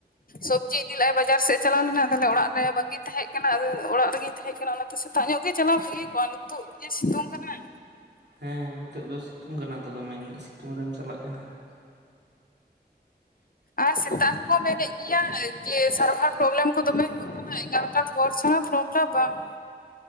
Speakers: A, on the left (about 55°); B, on the right (about 80°).
A: ᱥᱚᱵᱽᱡᱤ ᱤᱫᱤ ᱞᱮᱜᱟᱭ ᱵᱟᱡᱟᱨ ᱥᱮᱫ ᱮ ᱪᱟᱞᱟᱣ ᱞᱮᱱᱟ ᱛᱟᱦᱚᱞᱮ ᱚᱲᱟᱜ ᱨᱮ ᱵᱟᱠᱤᱱ ᱛᱟᱦᱮᱸ ᱠᱟᱱᱟ, ᱟᱫᱚ ᱚᱲᱟᱜ ᱨᱮᱜᱤᱧ ᱛᱟᱦᱮᱸ ᱠᱟᱱᱟ᱾ <unintelligible> ᱛᱚ ᱥᱮᱛᱟᱜ ᱧᱚᱜ ᱜᱮ ᱪᱟᱞᱟᱣ ᱵᱷᱟᱜᱤ ᱠᱚᱜ-ᱟ ᱱᱤᱛᱚᱜ ᱡᱮ ᱥᱤᱛᱩᱝ ᱠᱟᱱᱟ ᱾
B: ᱦᱮᱸ ᱱᱤᱛᱚᱜ ᱫᱚ ᱥᱤᱛᱩᱝ ᱠᱟᱱᱟ ᱛᱚ ᱫᱚᱢᱮ ᱤᱱᱟᱹᱜ ᱥᱤᱛᱩᱝ ᱨᱮᱢ ᱪᱟᱞᱟᱜ ᱠᱟᱱᱟ ᱾
A: ᱟᱨ ᱥᱮᱛᱟᱜ ᱦᱚᱸᱠᱚ ᱢᱮᱱᱮᱫ ᱜᱮᱭᱟ ᱡᱮ ᱥᱟᱨᱵᱷᱟᱨ ᱯᱚᱨᱚᱵᱞᱮᱢ ᱠᱚ ᱫᱚᱢᱮ ᱦᱩᱭᱩᱜ ᱦᱮᱸ ᱮᱜᱟᱨᱚᱴᱟ ᱯᱚᱨ ᱪᱷᱟᱲᱟ ᱯᱷᱚᱨᱚᱢ ᱯᱷᱤᱞᱟᱯ ᱵᱟᱝ ᱦᱩᱭᱩᱜ